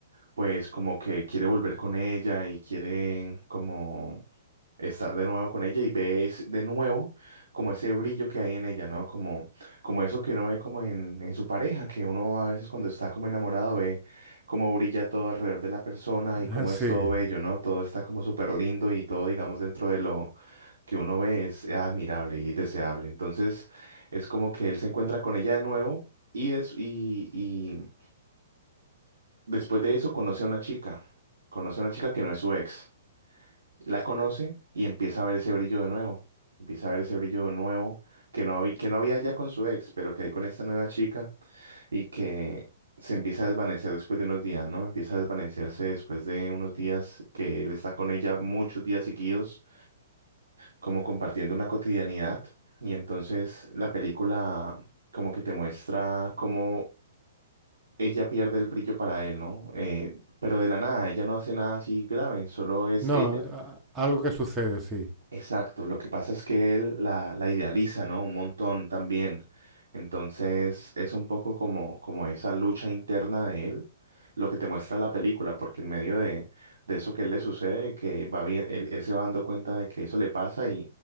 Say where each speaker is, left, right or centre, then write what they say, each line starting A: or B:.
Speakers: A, on the right (about 75°); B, on the right (about 20°).
A: pues como que quiere volver con ella y quiere como estar de nuevo con ella y ve es- de nuevo como ese brillo que hay en ella, ¿no? Como, como eso que uno ve como en, en su pareja, que uno a veces cuando está como enamorado ve cómo brilla todo alrededor de la persona
B: <laughs>
A: y cómo
B: Sí.
A: es todo bello, ¿no? Todo está como súper lindo y todo, digamos, dentro de lo que uno ve es admirable y deseable. Entonces es como que él se encuentra con ella de nuevo. Y, des- y, Después de eso conoce a una chica, conoce a una chica que no es su ex. La conoce y empieza a ver ese brillo de nuevo. Empieza a ver ese brillo de nuevo que no, había- que no había ya con su ex, pero que hay con esta nueva chica y que se empieza a desvanecer después de unos días, ¿no? Empieza a desvanecerse después de unos días que él está con ella muchos días seguidos, como compartiendo una cotidianidad. Y entonces la película como que te muestra cómo ella pierde el brillo para él, ¿no? Eh, pero de la nada, ella no hace nada así grave, solo es
B: No,
A: ella.
B: a- algo que sucede, sí.
A: Exacto, lo que pasa es que él la, la idealiza, ¿no? Un montón también. Entonces es un poco como, como esa lucha interna de él, lo que te muestra la película, porque en medio de, de eso que él le sucede, que va bien, él, él se va dando cuenta de que eso le pasa